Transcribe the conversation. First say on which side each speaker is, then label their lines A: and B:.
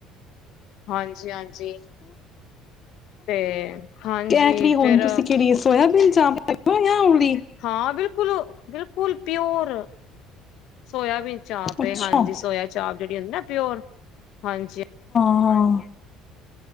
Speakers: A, on the left; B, on the left.
A: ਹਾਂ ਹਾਂਜੀ ਹਾਂਜੀ ਤੇ ਹਾਂਜੀ
B: ਕ ਕਿੜੀ ਹੁਣ
A: ਫੇਰ
B: ਤੁਸੀਂ ਕਿਹੜੀ ਸੋਇਬੀਨ <inaudible>
A: ਹਾਂ ਬਿਲਕੁਲ ਬਿਲਕੁਲ ਪਿਓਰ ਸੋਆਬੀਨ ਚਾ ਪੇ
B: ਅੱਛਾ
A: ਹਾਂਜੀ ਸੋਇਆ ਚਾਪ ਜਿਹੜੀੁੰਦੀ ਨਾ ਪਿਓਰ ਹਾਂਜੀ
B: ਹਾਂ